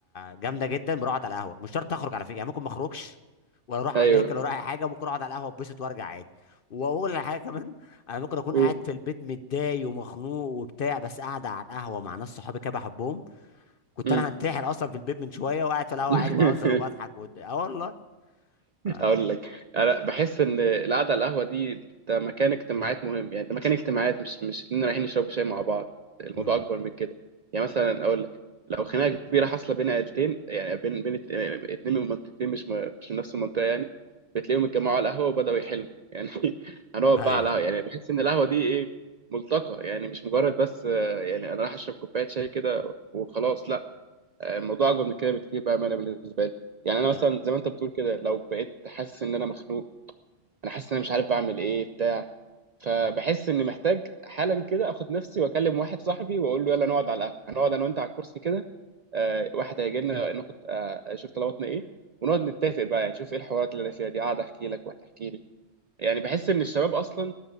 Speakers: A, on the left (about 55°); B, on the right (about 50°).
A: جامده جدا بروح اقعد على القهوه مش شرط اخرج على فكره يعني ممكن ما اخرجش ولا اروح
B: ايوه
A: اماكن ولا اي حاجه ممكن اقعد على القهوه اتبسط وارجع عادي واقول على حاجه كمان انا ممكن اكون
B: قول
A: قاعد في البيت متضايق ومخنوق وبتاع بس قاعد على القهوه مع ناس صحابي كده بحبهم كنت
B: مم.
A: انا هنتحر اصلا في البيت من شويه وقاعد في القهوه
B: <laughs>
A: عادي بهزر وبضحك ود... اه والله ف
B: اقول لك انا بحس ان القعده على القهوه دي ده مكان اجتماعات مهم يعني ده مكان اجتماعات مش مش اننا رايحين نشرب شاي مع بعض الموضوع
A: امم
B: اكبر من كده يعني مثلا اقول لك لو خناقه كبيره حاصله بين عيلتين يعني بين بين ات- اتنين من منطقتين مش م- مش من نفس المنطقه يعني بتلاقيهم اتجمعوا على القهوه وبداوا يحلوا يعني <laughs> هنقعد
A: ايوه
B: بقى على القهوه يعني بحس ان القهوه دي ايه ملتقى يعني مش مجرد بس آه، يعني انا رايح اشرب كوبايه شاي كده وخلاص لا آه، الموضوع اكبر من كده بكتير بقى انا بالنسبه لي يعني انا
A: لا،
B: مثلا زي ما انت بتقول كده لو بقيت حاسس ان انا مخنوق انا حاسس ان انا مش عارف بعمل ايه بتاع فبحس اني محتاج حالا كده اخد نفسي واكلم واحد صاحبي واقول له يلا نقعد على القهوه هنقعد انا وانت على الكرسي كده آه، واحد هيجي لنا ناخد آه، اشوف طلباتنا ايه ونقعد نتفق بقى يعني نشوف ايه الحوارات اللي انا فيها دي قاعد احكي لك وهتحكي لي يعني بحس ان الشباب اصلا